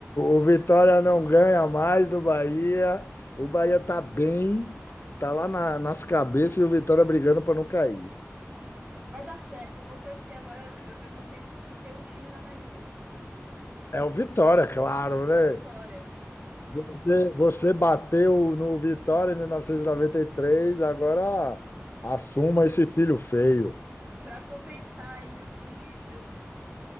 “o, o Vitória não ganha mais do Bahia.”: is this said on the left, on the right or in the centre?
Left